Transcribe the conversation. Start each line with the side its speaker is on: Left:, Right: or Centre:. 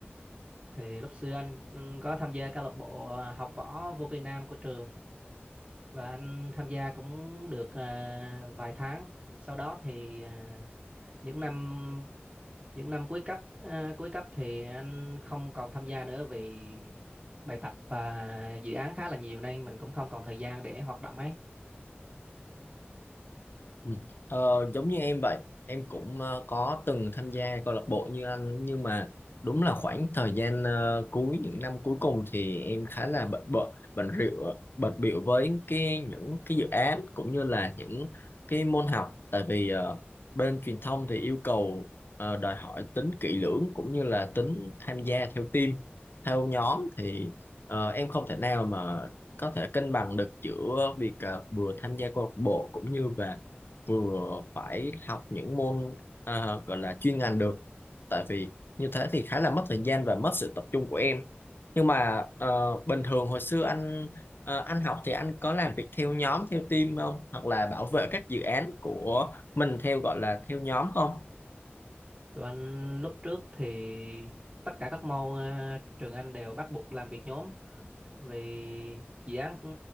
Right: Thì lúc xưa anh ừ, có tham gia câu lạc bộ ờ, học võ vô Việt Nam của trường và anh tham gia cũng được ờ, vài tháng. Sau đó thì ờ, những năm những năm cuối cấp ờ, cuối cấp thì anh không còn tham gia nữa vì bài tập và dự án khá là nhiều nên mình cũng không còn thời gian để hoạt động ấy.
Left: Ừ. Ờ, giống như em vậy em cũng ờ, có từng tham gia câu lạc bộ như anh nhưng mà đúng là khoảng thời gian ờ, cuối những năm cuối cùng thì em khá là bận bận bận rượu bận bịu với cái những cái dự án cũng như là những cái môn học tại vì ờ, bên truyền thông thì yêu cầu ờ, đòi hỏi tính kỹ lưỡng cũng như là tính tham gia theo team theo nhóm thì ờ, em không thể nào mà có thể cân bằng được giữa việc ờ, vừa tham gia câu lạc bộ cũng như về vừa phải học những môn à, gọi là chuyên ngành được tại vì như thế thì khá là mất thời gian và mất sự tập trung của em nhưng mà ờ, bình thường hồi xưa anh ờ, anh học thì anh có làm việc theo nhóm theo team không hoặc là bảo vệ các dự án của mình theo gọi là theo nhóm không
Right: Tụi anh lúc trước thì tất cả các môn ờ, trường anh đều bắt buộc làm việc nhóm vì dự án cũng